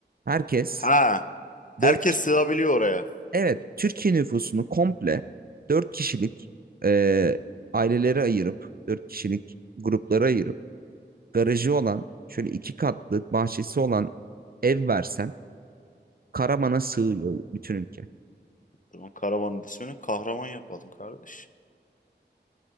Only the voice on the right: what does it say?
Herkes
4 ki-
evet Türkiye nüfusunu komple 4 kişilik e, ailelere ayırıp 4 kişilik gruplara ayırıp garajı olan şöyle iki katlı bahçesi olan ev versen Karaman'a sığıyor bütün ülke.